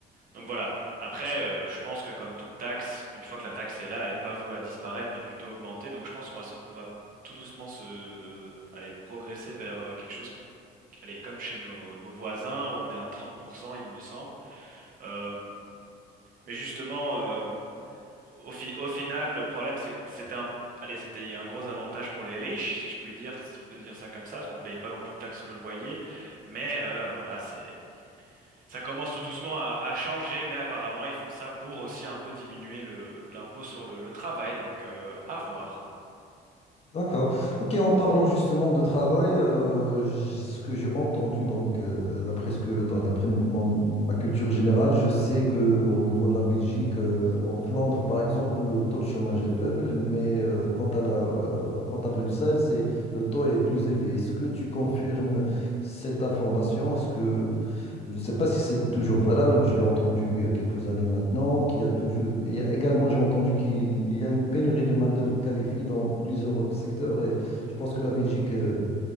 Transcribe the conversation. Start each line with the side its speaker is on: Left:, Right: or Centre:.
Right: Donc voilà. Après, euh, je pense que comme toute taxe, une fois que la taxe est là, elle n'est pas vouée à disparaître, mais plutôt augmenter. Donc je pense qu'on va, se- on va tout doucement se, aller progresser vers euh, quelque chose, allez, comme chez nos, nos voisins, où on est à 30%, il me semble. Euh, mais justement, euh, au, fi- au final, le problème, c'est que c'était un, allez, c'était un gros avantage pour les riches, si je puis dire, si je peux dire ça comme ça, parce qu'on payait pas non plus de taxes sur le loyer. Mais euh, voilà, c'est ça commence tout doucement à, à changer, mais apparemment ils font ça pour aussi un peu diminuer le, l'impôt sur le, le travail, donc euh, à voir.
Left: D'accord. Ok, en parlant justement de travail, euh, j- ce que j'ai entendu, donc, euh, d'après ce que, dans- d'après mon- ma culture générale, je sais que au niveau de la Belgique, euh, en Flandre, par exemple, le taux de chômage est faible, mais euh, quant à la, euh, quant à Bruxelles, c'est, le taux est plus élevé. Est-ce que tu confirmes cette information? Est-ce que je ne sais pas si c'est toujours valable, je l'ai entendu il y a quelques années maintenant, qu'il y a toujours, il y a également, j'ai entendu qu'il y a une pénurie de main-d'œuvre qualifiée dans plusieurs secteurs et je pense que la Belgique euh,